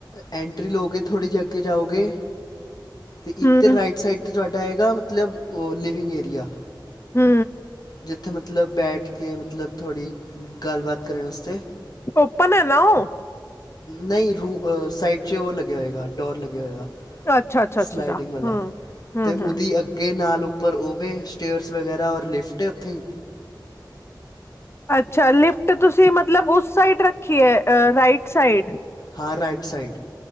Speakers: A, on the left; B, on the left.
A: ਐਂਟਰੀ ਲਓਗੇ ਥੋੜ੍ਹੀ ਜੀ ਅੱਗੇ ਜਾਓਗੇ, 'ਤੇ ਇਕ
B: ਹੂੰ
A: 'ਤੇ ਰਾਈਟ ਸਾਈਡ 'ਤੇ ਤੁਹਾਡਾ ਆਏਗਾ ਮਤਲਬ, ਉਹ ਲਿਵਿੰਗ ਏਰੀਆ
B: ਹੂੰ।
A: ਜਿਥੇ ਮਤਲਬ ਬੈਠ ਕੇ ਮਤਲਬ ਥੋੜ੍ਹੀ, ਗੱਲਬਾਤ ਕਰਨ ਵਾਸਤੇ
B: ਓਪਨ ਹੈ ਨਾ ਓ?
A: ਨਈ, ਰੂ 'ਅ ਸਾਈਡ 'ਚ ਉਹ ਲਗੇਆ ਹੋਏਗਾ, ਡੋਰ ਲਗੇਆ ਹੋਏਗਾ।
B: ਅੱਛਾ ਅੱਛਾ ਅੱਛਾ
A: ਸਲਾਈਡਿੰਗ
B: ਅੱਛਾ
A: ਵਾਲਾ,
B: ਹਮ ਹਮ
A: 'ਤੇ
B: ਹਮ
A: ਉਦੀ ਅਗੇ ਨਾਲੋ ਪਰ ਓਵੇ ਸਟੇਅਰਸ ਵਗੈਰਾ ਔਰ ਲਿਫਟ ਹੈ, ਉਥੇ ਹੀ।
B: ਅਛਾ, ਲਿਫਟ ਤੁਸੀ ਮਤਲਬ ਉਸ ਸਾਈਡ ਰਖੀ ਏ, ਰਾਈਟ ਸਾਈਡ।
A: ਹਾਂ, ਰਾਈਟ ਸਾਈਡ,